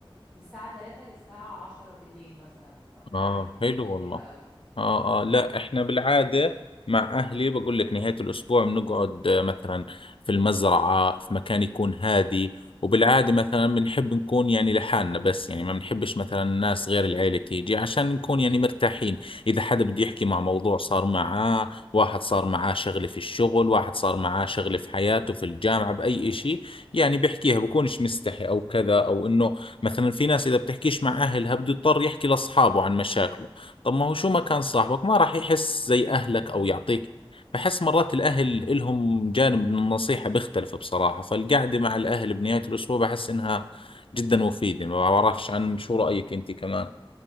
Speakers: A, in the centre; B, on the left.
A: من الساعة 3 للساعة 10 بالليل مثلا واحنا
B: اه
A: قاعدين فيه
B: حلو
A: وكان
B: والله
A: حلو قوي
B: اه اه لا احنا بالعادة مع اهلي بقول لك نهاية الاسبوع بنقعد آه، مثلا في المزرعة في مكان يكون هادي وبالعادة مثلا بنحب نكون يعني لحالنا بس يعني ما بنحبش مثلا الناس غير العيلة تيجي عشان نكون يعني مرتاحين اذا حدا بده يحكي مع موضوع صار معاه واحد صار معاه شغلة في الشغل واحد صار معاه شغلة في حياته في الجامعة بأي اشي يعني بيحكيها بكونش مستحي او كذا او انه مثلا في ناس إذا بتحكيش مع أهلها بده يضطر يحكي لأصحابه عن مشاكله طب ما هو شو ما كان صاحبك ما راح يحس زي أهلك أو يعطيك بحس مرات الأهل إلهم جانب من النصيحة بيختلف بصراحة فالقعدة مع الأهل بنهاية الأسبوع بحس إنها جدا مفيدة ما بعرفش عن شو رأيك أنت كمان